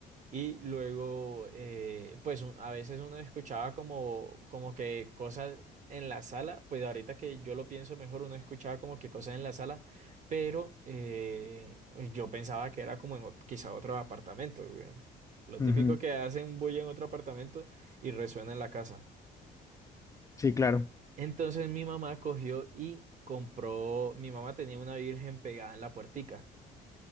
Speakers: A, on the right; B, on the left.
A: Y luego, eh, pues un- a veces uno escuchaba como, como que cosas en la sala, pues ahorita que yo lo pienso mejor, uno escuchaba como que cosas en la sala, pero eh, pues, yo pensaba que era como en ot- quizá otro apartamento, güey. Lo
B: <laughs>
A: típico
B: Ujú,
A: que hacen bulla en otro apartamento y resuena en la casa.
B: Sí, claro.
A: Entonces mi mamá cogió y compró, mi mamá tenía una virgen pegada en la puertica.